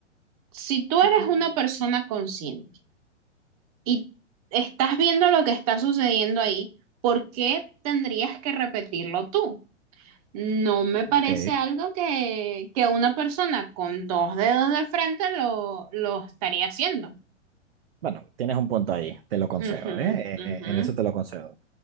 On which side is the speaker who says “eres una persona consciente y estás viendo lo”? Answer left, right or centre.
Right